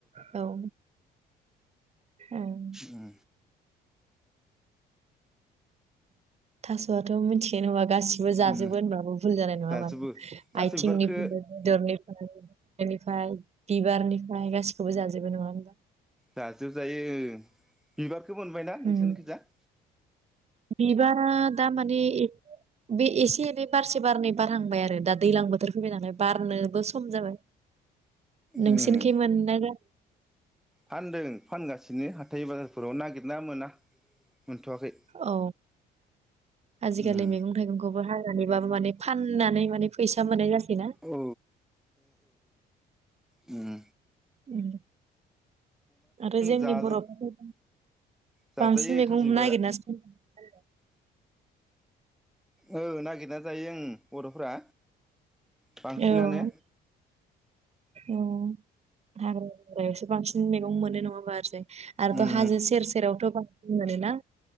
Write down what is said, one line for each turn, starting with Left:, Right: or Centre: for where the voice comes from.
Right: औ औ
Centre: उम
Right: थास'आथ' मिथियो गासिबो जाजोबो
Centre: उम
Right: होनबाबो भुल जानाय नङा
Centre: जाजोबो
Right: मानो
Centre: थास'
Right: आयथिंनिफ्राय
Centre: बिबारखो
Right: बेदरनिफ्राय <unintelligible> बिबु बिबारनिफ्राय गासिखौबो जाजोबो नङा होमबा
Centre: जाजोबजायो बिबारखौ मोनबायना नोंसोरनि
Right: उम
Centre: खैजा <inaudible>
Right: बिबारा दा माने एसे बे एसे एै बारसे बारनै बारहांबाय आरो दा दैज्लां बोथोर फैबाय नालाय बारनोबो सम सम जाबाय
Centre: उम
Right: नोंसिनिखै मोननाय औ
Centre: फानदों फानगासिनो हाथाय बाजारफोराव नागिरना मोना मोनथ'वाखै
Right: औ आजिखालि
Centre: उम
Right: मैगं थाइगंखौबो हाय माने फाननानै माने फैसा मोननाय जासै ना
Centre: औ ओम
Right: उम आरो जोंनि
Centre: जाजा
Right: बर'फोरखौ
Centre: जाजायो
Right: बांसिन मैगं
Centre: थास' बिबारा
Right: नागिरना संनाय
Centre: औ नागिरना जायो ओन बर'फ्रा बांसिनानो
Right: औ औ हाग्रा बंग्रायावसो बांसिन मैगं मोनो नङा होनबा ओरैजाय आरोथ'
Centre: उम
Right: हाजो सेर सेरावथ' बांसि मोनोना